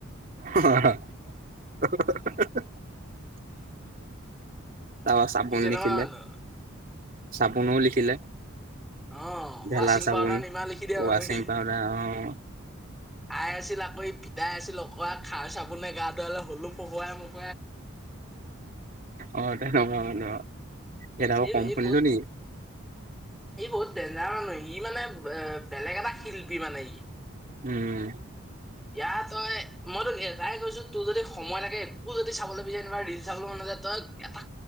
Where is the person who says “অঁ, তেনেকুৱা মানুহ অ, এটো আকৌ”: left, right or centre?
Right